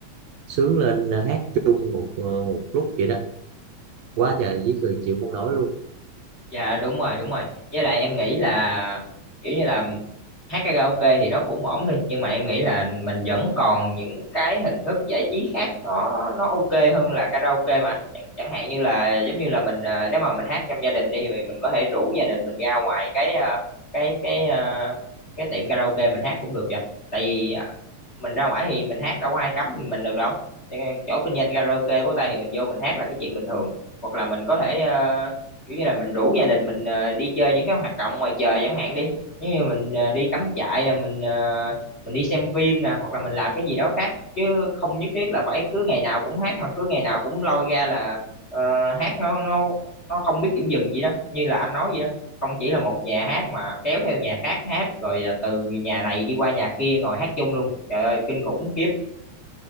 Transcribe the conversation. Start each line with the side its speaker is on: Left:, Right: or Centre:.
Right: sướng lên ờ, hát chung một, ờ, một lúc vậy đó quá trời với cười chịu không nổi luôn
Left: Dạ đúng rồi đúng rồi với lại em nghĩ là kiểu như là hát karaoke thì nó cũng ổn đi nhưng mà em nghĩ là mình vẫn còn những cái hình thức giải trí khác nó nó ok hơn là karaoke mà anh chẳng, chẳng hạn như là giống như là mình ờ, nếu mà mình hát trong gia đình đi thì mình có thể rủ gia đình mình ra ngoài cái ờ, cái cái ờ, cái tiệm karaoke mình hát cũng được vậy tại vì mình ra ngoài thì mình hát đâu có ai cấm mình mình được đâu Cho nên chỗ kinh doanh karaoke của ta thì mình vô mình hát là cái chuyện bình thường hoặc là mình có thể ờ, kiểu như là mình rủ gia đình mình ờ, đi chơi những cái hoạt động ngoài trời chẳng hạn đi nếu như mình ờ, đi cắm trại nè mình ờ, mình đi xem phim nè hoặc là mình làm cái gì đó khác chứ không nhất thiết là phải cứ ngày nào cũng hát mà cứ ngày nào cũng lôi ra là ờ, hát nó nó nó không biết điểm dừng gì đó như là anh nói vậy đó không chỉ là một nhà hát mà kéo theo nhà khác hát rồi à, từ nhà này đi qua nhà kia ngồi hát chung luôn trời ơi kinh khủng khiếp